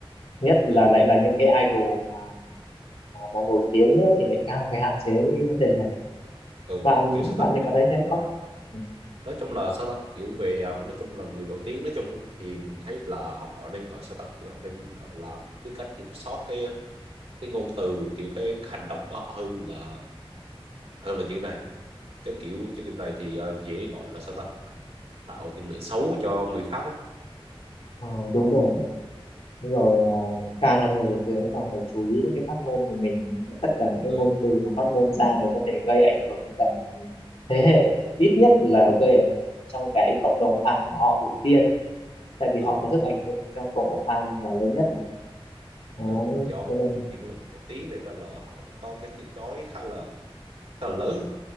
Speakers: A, on the left; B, on the right.
A: nhất
B: ok
A: là lại là những cái idol mà mà, mà nổi tiếng nữa thì lại càng phải hạn chế những cái vấn đề này
B: ừ
A: bạn
B: kiểu sao ta
A: bạn
B: nói
A: thì có thấy
B: chung
A: thế
B: là,
A: không Ừ,
B: nói chung là sao ta kiểu về ờ, nói chung là người nổi tiếng nói chung thì mình thấy là họ nên gọi sao ta kiểu họ nên gọi là biết cách kiểm soát cái cái ngôn từ kiểu cái hành động của họ hơn là hơn là như thế này chứ kiểu chứ kiểu này thì ờ, dễ gọi là sao ta tạo tiền lệ xấu cho người khác á
A: Ờ, đúng rồi Đúng rồi à, càng là người nổi tiếng càng phải chú ý những cái phát ngôn của mình tất cả những cái
B: ừ,
A: ngôn từ mà phát ngôn ra đều có thể gây ảnh hưởng đến cả một thế hệ ít nhất là gây ảnh hưởng trong cái cộng đồng fan của họ đầu tiên tại vì
B: ừ,
A: họ có sức ảnh hưởng trong cộng đồng fan là lớn nhất mà đó
B: ừ. do
A: cho nên là-
B: chỉ một lần đầu tiên này nên là họ cũng có cái tiếng nói khá là khá là lớn